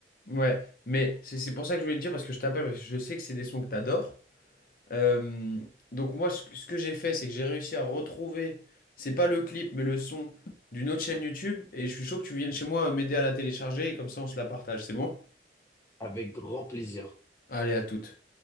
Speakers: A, on the left; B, on the left.
A: Ouais, mais c'est c'est pour ça que je voulais te dire, parce que je t'appelle, parce que je sais que c'est des sons que t'adores. Euh, donc moi, ce que ce que j'ai fait, c'est que j'ai réussi à retrouver, c'est pas le clip, mais le son d'une autre chaîne YouTube, et je suis chaud que tu viennes chez moi euh, m'aider à la télécharger, et comme ça on se la partage, c'est bon?
B: Avec grand plaisir.
A: Allez, à toutes.